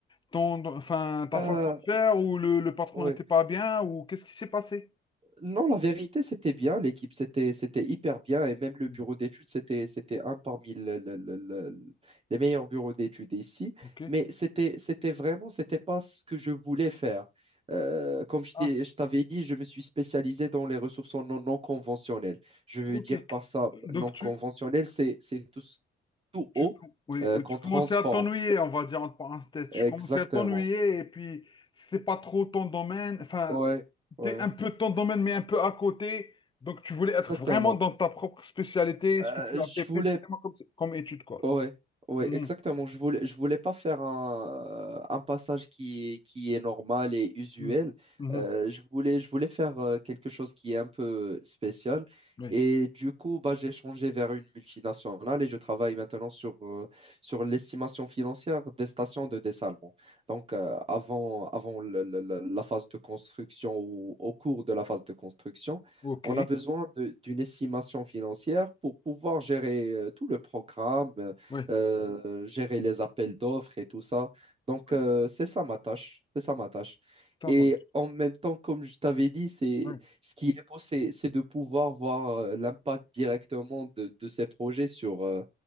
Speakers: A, on the left; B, on the right.
A: ton, ton- enfin, ta
B: Ah,
A: façon de faire ou le, le patron
B: ouais,
A: n'était pas bien ou qu'est-ce qui s'est passé?
B: Non, la vérité, c'était bien. L'équipe, c'était, c'était hyper bien. Et même le
A: Mhm.
B: bureau d'études, c'était, c'était un parmi le- le- le- le- les meilleurs bureaux d'études ici.
A: Ok.
B: Mais c'était, c'était vraiment, c'était pas ce que je voulais faire. Euh, comme je
A: Ah,
B: t'ai- je t'avais dit, je me suis spécialisé dans les ressources non, non conventionnelles. Je veux
A: ok.
B: dire par ça,
A: Donc
B: non conventionnel,
A: tu,
B: c'est, c'est tout, ce- tout
A: tu,
B: haut
A: com- oui,
B: euh,
A: oui,
B: qu'on
A: tu commençais
B: transforme.
A: à t'ennuyer, on va dire entre parenthèses. Tu
B: Exactement.
A: commençais à t'ennuyer et puis c'est pas trop ton domaine. Enfin,
B: Ouais,
A: c'était
B: ouais,
A: un peu ton domaine, mais un peu à côté. Donc, tu voulais être
B: exactement.
A: vraiment dans ta propre spécialité,
B: Euh,
A: ce que tu as
B: je
A: fait précisément
B: voulais
A: comme, comme étude, quoi.
B: Ouais, ouais,
A: Mhm,
B: exactement. Je voulais, je voulais pas faire un, un passage qui est, qui est normal et usuel.
A: mhm, mhm.
B: Euh, je voulais, je voulais faire euh, quelque chose qui est un peu spécial.
A: Oui,
B: Et du coup, bah, j'ai changé vers une multinationale et je travaille maintenant sur, euh, sur l'estimation financière des stations de dessalement. Donc, euh, avant, avant le- le- le- la phase de construction ou au cours de la phase de construction,
A: ok.
B: on a besoin de- d'une estimation financière pour pouvoir gérer euh, tout le programme, euh,
A: Oui,
B: euh, gérer les appels d'offres et tout ça. Donc,
A: oui,
B: euh, c'est ça ma tâche, c'est ça ma tâche.
A: ça
B: Et
A: marche.
B: en même temps, comme je t'avais dit, c'est
A: Oui,
B: ce qui est beau, c'est c'est de pouvoir voir euh, l'impact directement de, de ces projets sur, euh,